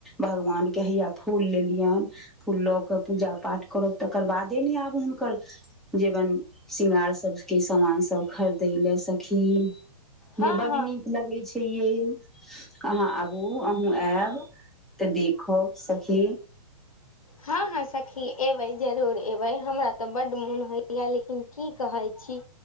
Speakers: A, in the centre; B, on the left.
A: भगवान क हैया फूल लेलियनि फूल लऽ के पूजा पाठ करब तकर बादे ने आब हुनकर जेबन शृंगार सबके सामान सब खरीदै ले सखी
B: हँ
A: ये बड
B: हँ
A: नीक लगै छै ये अहाँ आबू अहूँ आयब तऽ देख सखी
B: हँ हँ सखी एबै जरूर एबै हमरा तऽ बड मोन होइया लेकिन की कहै छी